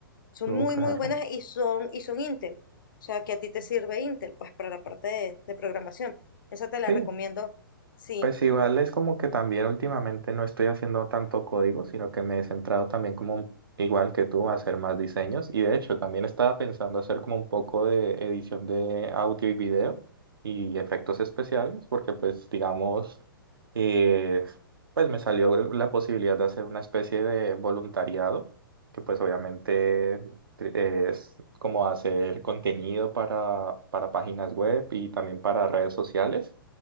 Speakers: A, on the left (about 60°); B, on the right (about 75°).
A: Son
B: no,
A: muy,
B: claro.
A: muy buenas y son, y son Intel. O sea, que a ti te sirve Intel, pues para la parte de, de programación. Esa te la
B: Sí,
A: recomiendo, sí.
B: Pues igual es como que también últimamente no estoy haciendo tanto código, sino que me he centrado también como igual que tú a hacer más diseños y de hecho también estaba pensando hacer como un poco de edición de audio y video y efectos especiales porque pues digamos eh, pues me salió la posibilidad de hacer una especie de voluntariado que pues obviamente eh, es como hacer contenido para, para páginas web y también para redes sociales.